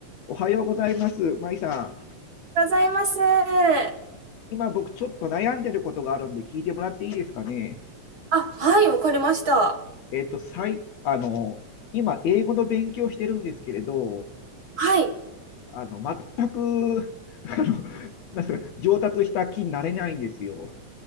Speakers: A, on the left (about 70°); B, on the right (about 50°).
A: おはようございます。まいさ
B: ございます。あ、
A: ん。今僕ちょっと悩んでることがあるんで聞いてもらっていいですかね。
B: はい、わかりました。
A: えっと、さい、あの、今英語の勉強してるんですけれど、
B: はい。
A: あの、全く、あの、なんすか、上達した気になれないんですよ。